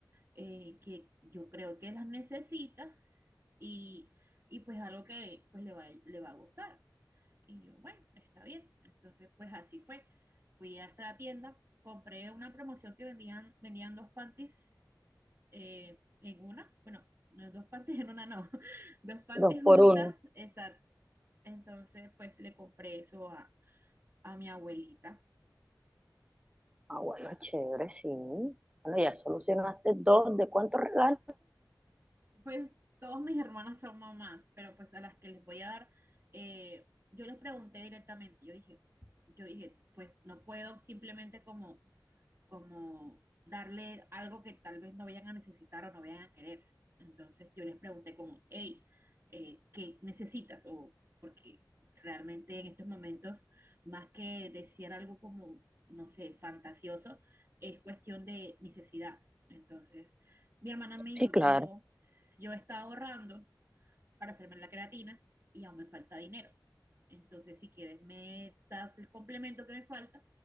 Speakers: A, on the right (about 35°); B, on the right (about 15°).
A: eh, que yo creo que las necesita y, y pues algo que pues le va, le va a gustar. Y yo, bueno, está bien. Entonces, pues así fue. Fui hasta la tienda, compré una promoción que vendían, vendían dos panties eh, en una, bueno, no, dos panties en una no, <laughs> dos panties
B: Dos
A: juntas,
B: por uno.
A: exacto. Entonces, pues le compré eso a, a mi abuelita.
B: Ah, bueno, chévere, sí. Bueno, ya solucionaste dos. ¿De cuántos regalos?
A: Pues todas mis hermanas son mamás, pero pues a las que les voy a dar, eh, yo les pregunté directamente, yo dije, yo dije, pues no puedo simplemente como como darle algo que tal vez no vayan a necesitar o no vayan a querer. Entonces yo les pregunté como, hey, eh, ¿qué necesitas? O porque realmente en estos momentos, más que desear algo como, no sé, fantasioso, es cuestión de necesidad. Entonces, mi hermana me dijo,
B: Sí, claro.
A: yo, yo he estado ahorrando para hacerme la creatina y aún me falta dinero. Entonces, si quieres, me das el complemento que me falta